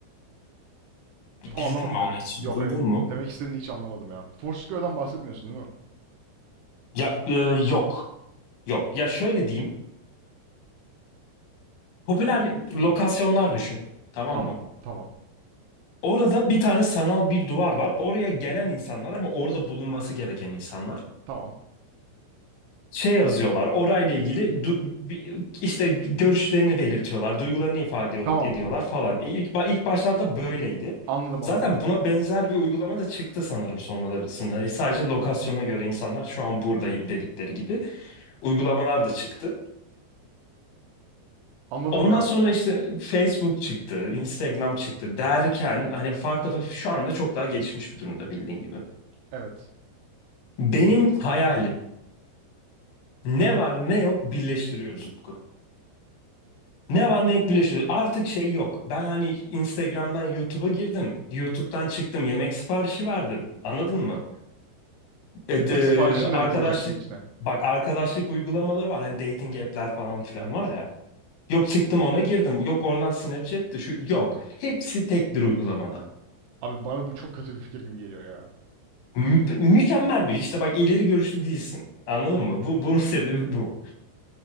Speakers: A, on the left (about 85°); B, on the right (about 75°).
A: Bildin
B: Tam anlamadım
A: mi onu
B: demek.
A: hiç?
B: Yok
A: Duydun
B: hayır.
A: mu?
B: Demek istediğini hiç anlamadım ya. Foursquare'dan bahsetmiyorsun değil mi?
A: Ya e, yok. Yok. Ya şöyle diyeyim. Popüler lokasyonlar düşün. Tamam
B: Tamam.
A: mı?
B: Tamam.
A: Orada bir tane sanal bir duvar var. Oraya gelen insanlar ama orada bulunması gereken insanlar.
B: Tamam.
A: şey yazıyorlar orayla ilgili du- bi- işte görüşlerini belirtiyorlar duygularını ifade ediyor-
B: Tamam.
A: ediyorlar falan e, ilk, ba- ilk başlarda böyleydi
B: Anladım
A: zaten
B: anladım.
A: buna benzer bir uygulama da çıktı sanırım sonrasında E, sadece lokasyona göre insanlar şu an buradayım dedikleri gibi uygulamalar da çıktı
B: Anladım
A: Ondan
B: ya.
A: sonra işte Facebook çıktı, Instagram çıktı derken hani farklı farklı- şu anda çok daha gelişmiş bir durumda bildiğin gibi.
B: Evet.
A: Benim hayalim ne var ne yok birleştiriyoruz Utku. Ne var ne yok birleşiyor. Artık şey yok. Ben hani Instagram'dan YouTube'a girdim. YouTube'dan çıktım. Yemek siparişi verdim. Anladın mı? E,
B: Yemek
A: de-
B: siparişini
A: arkadaşlık
B: de mi koyacaksın içine?
A: bak arkadaşlık uygulamaları var. Hani dating app'ler falan filan
B: Evet.
A: var ya. Yok çıktım ona girdim. Yok oradan Snapchat'ti şu yok. Hepsi tek bir uygulamada.
B: Abi bana bu çok kötü bir fikir gibi geliyor ya.
A: Mü- mükemmel bir işte bak ileri görüşlü değilsin. Anladın mı? Bu bunun <laughs> sebebi bu.